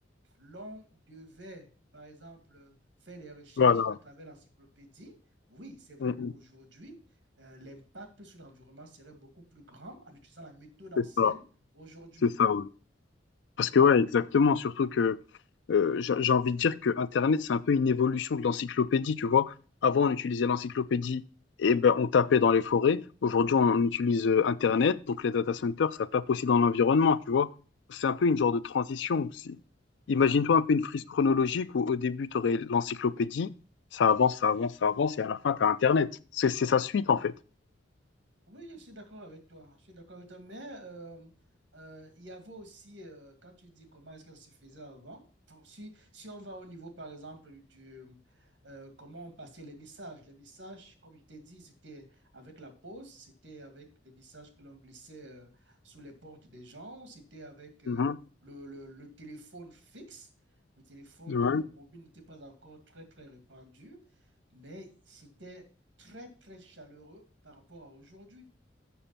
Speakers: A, on the right (about 70°); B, on the left (about 70°).
A: l'on devait, par exemple, faire des recherches
B: Voilà,
A: à travers l'encyclopédie, oui, c'est vrai
B: On- on
A: qu'aujourd'hui, euh, l'impact sur l'environnement serait beaucoup plus grand en utilisant la méthode
B: fait
A: ancienne
B: ça.
A: aujourd'hui.
B: C'est ça, ouais. Parce que ouais, exactement, surtout que euh, j'ai j'ai envie de dire que Internet, c'est un peu une évolution de l'encyclopédie, tu vois. Avant, on utilisait l'encyclopédie et ben on tapait dans les forêts. Aujourd'hui, on, on utilise euh, Internet, donc les data centers, ça tape aussi dans l'environnement, tu vois. C'est un peu une genre de transition aussi. Imagine-toi
A: Oui,
B: un peu une frise chronologique où au début, tu aurais l'encyclopédie, ça avance, ça avance, ça avance, et à la fin, tu as Internet. C'est c'est sa suite, en fait.
A: Oui, je suis d'accord avec toi. Je suis d'accord avec toi. Mais euh, euh, il y avait aussi, euh, quand tu dis comment est-ce que ça se faisait avant, pour- si, si on va au niveau, par exemple, du, euh, comment on passait les messages. Les messages, comme je t'ai dit, c'était avec la poste, c'était avec des messages que l'on glissait euh, sous les portes des gens, c'était avec euh,
B: Mhm.
A: le, le- le téléphone fixe. Le téléphone
B: Ouais.
A: euh, mobile n'était pas encore très, très répandu, mais c'était très, très chaleureux par rapport à aujourd'hui.